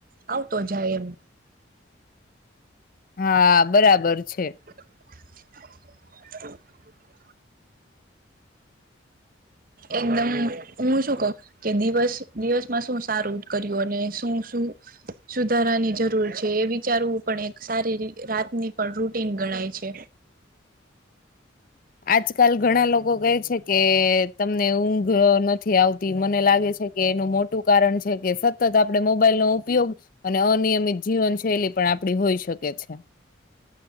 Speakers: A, on the right; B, on the left.
A: આવતો જાય એમ.
B: હા બરાબર છે.
A: <inaudible> એકદમ હું શું કઉ, કે દિવસ દિવસમાં શું સારું કર્યું અને શું શું સુધારાની જરૂર છે એ વિચારવું પણ એક સારી રીત રાતની પણ એક રૂટીન ગણાય છે.
B: આજકાલ ઘણા લોકો કહે છે. કે તમને ઊંઘ નથી આવતી મને લાગે છે કે એનું મોટું કારણ છે કે સત તત આપણે મોબાઈલ નો ઉપયોગ અને અનિયમિત જીવન શૈલી પણ આપડી હોઈ શકે છે.